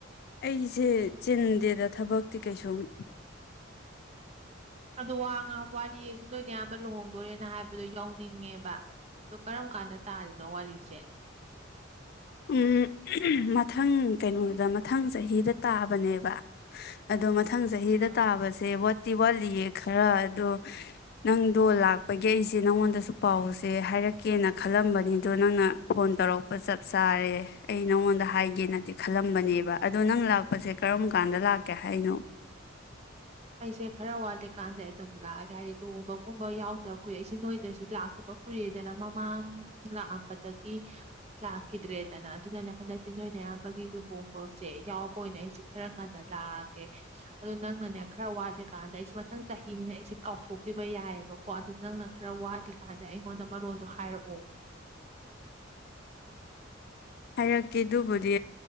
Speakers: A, on the left; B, on the right.
A: ꯑꯩꯁꯦ ꯆꯤꯟꯗꯦꯗ ꯊꯕꯛꯇꯤ ꯀꯩꯁꯨꯝ
B: ꯑꯣ ꯋꯥ ꯋꯥꯔꯤꯁꯤ ꯂꯣꯏꯅ ꯑꯌꯥꯝꯕ ꯂꯨꯍꯣꯡꯗꯣꯔꯦꯅ ꯍꯥꯏꯕꯗꯣ ꯌꯧꯅꯤꯡꯉꯦꯕ ꯑ ꯀꯔꯝ ꯀꯥꯟꯗ ꯇꯥꯔꯤꯅꯣ ꯋꯥꯔꯤꯁꯦ
A: ꯎꯝ ꯃꯊꯪ ꯀꯩꯅꯣꯗ ꯃꯊꯪ ꯆꯍꯤꯗ ꯇꯥꯕꯅꯦꯕ ꯑꯗꯣ ꯃꯊꯪ ꯆꯍꯤꯗ
B: ꯑꯥ
A: ꯇꯥꯕꯁꯦ ꯠ ꯐꯦꯁꯇꯤ ꯋꯥꯠꯂꯤꯌꯦ ꯈꯔ ꯑꯗꯣ ꯅꯪꯗꯣ ꯂꯥꯛꯄꯒꯤ ꯑꯩꯁꯦ ꯅꯪꯉꯣꯟꯗꯁꯨ ꯄꯥꯎꯁꯦ ꯍꯥꯏꯔꯛꯀꯦꯅ ꯈꯜꯂꯝꯕꯅꯤ ꯑꯗꯣ ꯅꯪꯅ ꯐꯣꯟ ꯇꯧꯔꯛꯄ ꯆꯠ ꯆꯥꯔꯦ ꯑꯩ ꯅꯉꯣꯟꯗ ꯍꯥꯏꯒꯦꯅꯗꯤ ꯈꯜꯂꯝꯕꯅꯦꯕ ꯑꯗꯣ ꯅꯪ ꯂꯥꯛꯄꯁꯦ ꯀꯔꯝ ꯀꯥꯟꯗ ꯂꯥꯛꯀꯦ ꯍꯥꯏꯅꯣ
B: ꯑꯩꯁꯦ ꯈꯔ ꯋꯥꯠꯂꯤꯀꯥꯟꯗ ꯑꯗꯨꯝ ꯂꯥꯛꯑꯒꯦ ꯍꯥꯏꯗꯤ ꯂꯨꯍꯣꯡꯕꯒꯨꯝꯕ ꯌꯥꯎꯗꯕ ꯀꯨꯏꯦ ꯑꯩꯁꯦ ꯅꯣꯏꯗꯁꯨ ꯂꯥꯛꯇꯕ ꯀꯨꯏꯦꯗꯅ ꯃꯃꯥꯡ ꯂꯥꯛꯑꯝꯕꯗꯒꯤ ꯂꯥꯛꯈꯤꯗ꯭ꯔꯦꯗꯅ ꯑꯗꯨꯅꯅꯦ ꯍꯟꯗꯛꯇꯤ ꯅꯣꯏꯅ ꯑꯌꯥꯝꯕꯒꯤ ꯂꯨꯍꯣꯡꯕꯁꯦ ꯌꯥꯎꯕ ꯑꯣꯏꯅ ꯑꯩꯁꯦ ꯈꯔ ꯉꯟꯅ ꯂꯥꯛꯑꯒꯦ ꯑꯗꯨꯣ ꯅꯪꯅꯅꯦ ꯈꯔ ꯋꯥꯠꯂꯤꯀꯥꯟꯗ ꯑꯩꯁꯦ ꯃꯊꯪ ꯆꯍꯤꯅꯤꯅ ꯑꯩꯁꯦ ꯀꯥꯎꯊꯣꯛꯈꯤꯕ ꯌꯥꯏꯑꯕꯀꯣ ꯑꯗꯨ ꯅꯪꯅ ꯈꯔ ꯋꯥꯠꯂꯤꯀꯥꯟꯗ ꯑꯩꯉꯣꯟꯗ ꯃꯔꯣꯟꯗꯣ ꯍꯥꯏꯔꯛꯑꯣ
A: ꯍꯥꯏꯔꯛꯀꯦ ꯑꯗꯨꯕꯨꯗꯤ